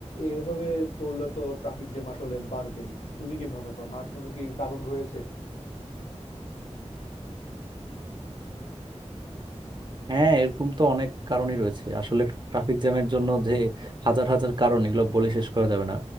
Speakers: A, on the left (about 85°); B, on the right (about 40°).
A: এইভাবে করলে তো ট্রাফিক জ্যাম আসলে বাড়বেই তুমি কি মনে করো আর কোনো কি কারণ রয়েছে
B: হ্যাঁ এরকম তো অনেক কারণই রয়েছে আসলে ট্রাফিক জ্যামের জন্য যে হাজার হাজার কারণ এগুলো বলে শেষ করা যাবে না